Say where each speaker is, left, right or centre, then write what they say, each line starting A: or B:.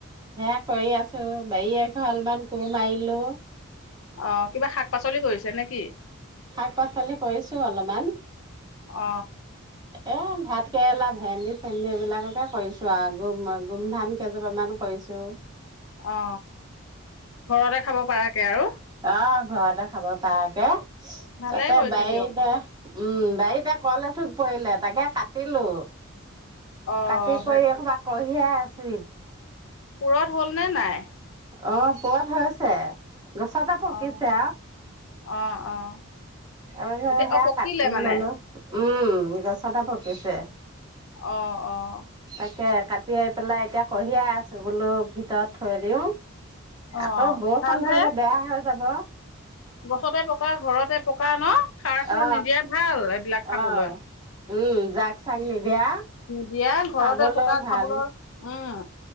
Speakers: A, on the right; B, on the left.
A: সেয়া কৰি আছো বাৰী এফাল মান কোৰ মাৰিলো
B: অ কিবা শাক পাচলি কৰিছে নেকি
A: শাক পাচলি কৰিছোঁ অলপমান
B: অ
A: এই ভাত কেৰেলা ভেন্দি চেন্দি এইবিলাককে কৰিছোঁ আৰু গোম গোমধান কেইজোপামান কৰিছোঁ
B: অ ঘৰতে খাব পৰা কে আৰু
A: অ ঘৰতে খাব পাৰাকে
B: ভালে
A: তাতে
B: কৰিছে
A: বাইতে
B: দিয়ক
A: উম বাৰীতে কলে থোক পৰিলে তাকে কাটিলো
B: অ',
A: কাটি
B: সেই
A: কৰি এখোপা কিয়ে আছ <inaudible>
B: পুৰত হ'ল নে নাই
A: অ পুৰত হৈ আছে গছতে পকিছে
B: অ', অ', অ',
A: আৰু আৰু
B: এতিয়া
A: হে
B: অ', পকিলে
A: কাটতি
B: মানে
A: ললো উম গছতে পকিছে
B: অ', অ',
A: তাকে কাটি আহ পেলাই এতিয়া কঢ়িয়াই আছোঁ বোলো ভিতৰত থৈ দিওঁ
B: অ',
A: আকৌ বৰষুণ
B: ভালহে
A: পৰিলে বেয়া হৈ যাব
B: গছতে পকা ঘৰতে <unintelligible> সাৰ সুৰ
A: অ
B: নিদিয়ে ভাল এইবিলাক খাবলৈ
A: অ উম জাগ চাগ নিদিয়া
B: দিয়া ঘৰতে
A: খাবলৈও
B: পকা
A: ভাল
B: খাবলৈ উম